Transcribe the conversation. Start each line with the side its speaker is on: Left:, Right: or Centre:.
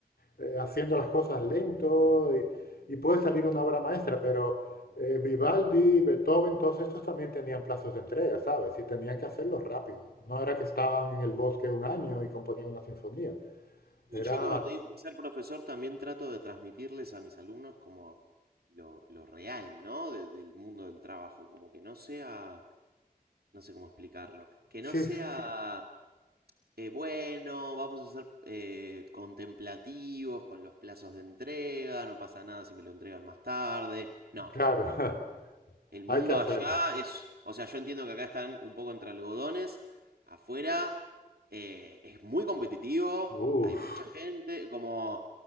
Left: eh, haciendo las cosas lento y, y puede salir una obra maestra, pero eh, Vivaldi, Beethoven, todos estos también tenían plazos de entrega, ¿sabes? Y tenían que hacerlo rápido. No era que estaban en el bosque un año y componían una sinfonía.
Right: Y
Left: Era...
Right: yo, como te digo, al ser profesor también trato de transmitirles a mis alumnos como lo, lo real, ¿no? De- del mundo del trabajo. Como que no sea, no sé cómo explicarlo. Que
Left: Sí,
Right: no sea, eh, bueno, vamos a ser eh, contemplativos con los plazos de entrega, no pasa nada si me lo entregan más tarde. No,
Left: claro, <laughs>
Right: El mundo
Left: hay que hacerlo.
Right: allá es, o sea, yo entiendo que acá están un poco entre algodones, afuera eh, es muy competitivo,
Left: Uf,
Right: hay mucha gente, como